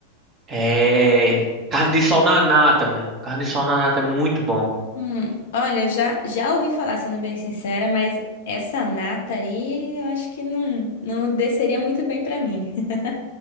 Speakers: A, on the right (about 30°); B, on the left (about 60°).
A: é carne de sol na nata, velho. Carne de sol na nata é muito bom.
B: Hum, olha, já, já ouvi falar, sendo bem sincera, mas essa nata aí eu acho que não, não desceria muito bem pra mim. <laughs>